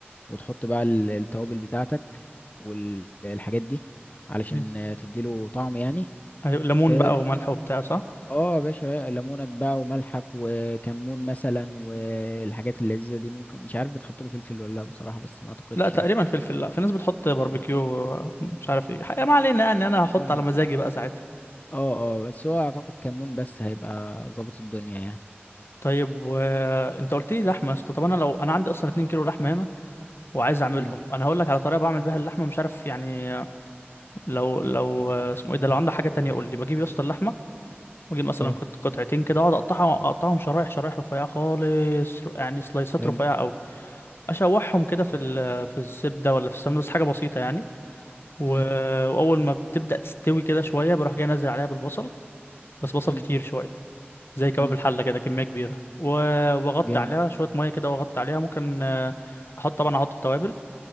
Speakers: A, on the left (about 40°); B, on the left (about 65°).
A: وتحط بقى ال- التوابل بتاعتك والحاجات دي علشان
B: إيه؟
A: آه، تديله طعم يعني
B: ايوه ليمون
A: اه
B: بقى وملح وبتاع صح
A: آه يا باشا ليمونك بقى وملحك وكمون مثلا والحاجات اللذيذة دي ممكن مش عارف بتحط له فلفل ولا لا بصراحة بس ما اعتقدش
B: لا تقريبا
A: يعني
B: فلفل لا في ناس بتحط باربيكيو آه، مش عارف ايه حقيقة ما علينا يعني انا هحط
A: اه
B: على مزاجي بقى ساعتها
A: اه اه بس هو اعتقد كمون بس هيبقى ظابط الدنيا يعني
B: طيب وانت قلت لي لحمه يا اسطى طب انا لو انا عندي اصلا 2 كيلو لحمه هنا وعايز اعملهم
A: امم
B: انا هقول لك على طريقه بعمل بيها اللحمه مش عارف يعني لو لو آه، اسمه ايه ده لو عندك حاجه تانية قول لي بجيب يا اسطى اللحمه واجيب مثلا
A: اه
B: قط- قطعتين كده اقعد اقطعها اقطعهم شرايح شرايح رفيعه خالص ر- يعني سلايسات
A: حلو
B: رفيعه قوي اشوحهم كده في ال- في الزبده ولا في السمنه بس حاجه بسيطه يعني و-
A: امم
B: واول ما بتبدا تستوي كده شويه بروح جاي انزل عليها بالبصل بس بصل
A: امم
B: كتير شويه زي كباب
A: امم
B: الحله كده كميه كبيره و- واغطي
A: جامد
B: عليها شويه ميه كده واغطي عليها ممكن آه، احط طبعا احط التوابل